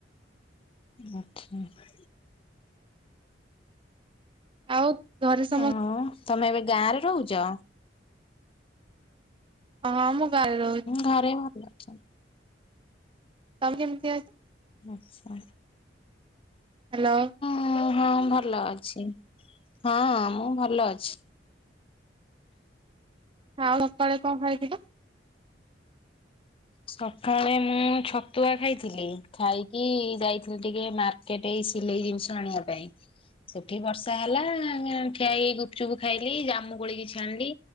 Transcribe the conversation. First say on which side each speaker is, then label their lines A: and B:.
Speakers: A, on the left; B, on the right.
A: ଆଚ୍ଛା।
B: ଆଉ ଘରେ ସମସ୍ତ
A: ଆଉ ତମେ ଏବେ ଗାଁରେ ରହୁଚ।
B: ହଁ, ମୁଁ ଗାଁରେ ରହୁଚ୍।
A: ଘରେ ଭଲ ଅଛନ୍ତି।
B: ତମେ କେମିତି ଅଛ?
A: ଆଚ୍ଛା।
B: ହ୍ୟାଲୋ।
A: ହଁ, ହଁ ଭଲ ଅଛି ହଁ ମୁଁ ଭଲ ଅଛି।
B: ଆଉ ସକାଳେ କଣ ଖାଇଥିଲ?
A: ସକାଳେ ମୁଁ ଛତୁଆ ଖାଇଥିଲି ଖାଇକି ଯାଇଥିଲି ଟିକେ ମାର୍ କେଟେ ଏଇ ସିଲେଇ ଜିନିଷ ଆଣିବା ପାଇଁ। ସେଠି ବର୍ଷା ହେଲା ଠିଆ ହେଇ ଗୁପଚୁପ୍ ଖାଇଲି, ଜାମୁ କୋଳି କିଛି ଆଣିଲି।